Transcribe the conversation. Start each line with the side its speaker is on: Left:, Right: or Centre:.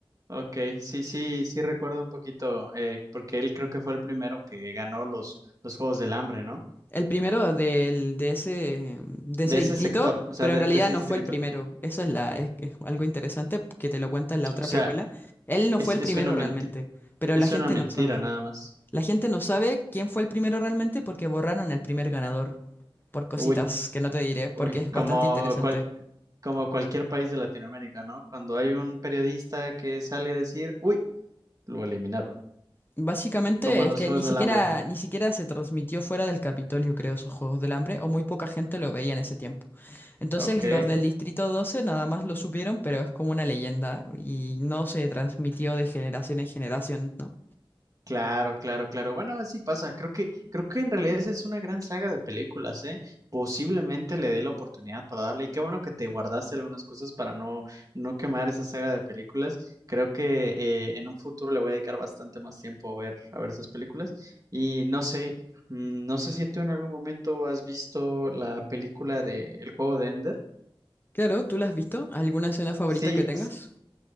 Right: Ok, sí, sí, sí recuerdo un poquito, eh, porque él creo que fue el primero que ganó los, los Juegos del Hambre, ¿no?
Left: El primero del, de ese, de ese
Right: De
Left: distrito,
Right: ese sector, o sea,
Left: pero
Right: de,
Left: en realidad
Right: de ese
Left: no
Right: distrito.
Left: fue el primero. Eso es, la, es, es algo interesante que te lo cuenta en la otra
Right: O sea,
Left: precuela. Él no
Right: es,
Left: fue el
Right: es
Left: primero
Right: una menti-
Left: realmente, pero
Right: es
Left: la gente
Right: una mentira
Left: no sabe.
Right: nada más.
Left: La gente no sabe quién fue el primero realmente porque borraron el primer ganador, por cositas
Right: Uy,
Left: que no te diré, porque
Right: uy,
Left: es bastante
Right: como,
Left: interesante.
Right: cual- como cualquier país de Latinoamérica, ¿no? Cuando hay un periodista que sale a decir, uy, lo eliminaron,
Left: Básicamente
Right: como a
Left: es
Right: los
Left: que
Right: Juegos
Left: ni siquiera,
Right: del Hambre.
Left: ni siquiera se transmitió fuera del Capitolio, creo, esos Juegos del Hambre, o muy poca gente lo veía en ese tiempo. Entonces
Right: Ok.
Left: los del Distrito 12 nada más lo supieron, pero es como una leyenda y no se transmitió de generación en generación, ¿no?
Right: Claro, claro, claro. Bueno, así pasa. Creo que, creo que en realidad esa es una gran saga de películas, ¿eh? Posiblemente le dé la oportunidad para darle. Y qué bueno que te guardaste algunas cosas para no, no quemar esa saga de películas. Creo que eh, en un futuro le voy a dedicar bastante más tiempo a ver, a ver esas películas. Y no sé, mm, no sé si tú en algún momento has visto la película de El juego de Ender.
Left: Claro, ¿tú la has visto? ¿Alguna escena favorita
Right: Sí,
Left: que tengas?